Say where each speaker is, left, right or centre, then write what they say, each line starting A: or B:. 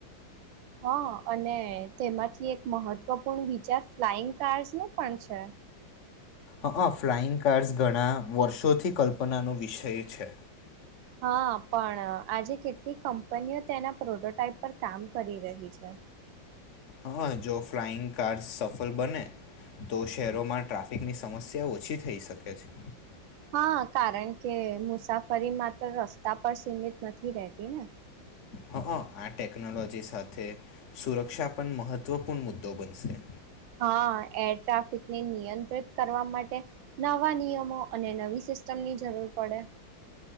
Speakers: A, on the right (about 80°); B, on the left (about 45°).
A: હા અને તેમાંથી એક મહત્વપૂર્ણ વિચાર ફ્લાઈંગ કાર્સ નો પણ છે
B: હઅ ફ્લાઈંગ કાર્ડ્સ ઘણા વર્ષોથી કલ્પનાનો વિષય છે
A: હા પણ આજે કેટલી કંપનીઓ તેના પ્રોટોટાઈપ પર કામ કરી રહી છે
B: હા જો ફ્લાઈંગ કાર્સ સફળ બને તો શહેરોમાં ટ્રાફિકની સમસ્યા ઓછી થઈ શકે છે
A: હા કારણ કે મુસાફરી માત્ર રસ્તા પર સીમિત નથી રહેતી ને
B: હઅ આ ટેકનોલોજી સાથે સુરક્ષા પણ મહત્વપૂર્ણ મુદ્દો બનશે
A: હા એર ટ્રાફિકને નિયંત્રિત કરવા માટે નવા નિયમો અને નવી સિસ્ટમની જરૂર પડે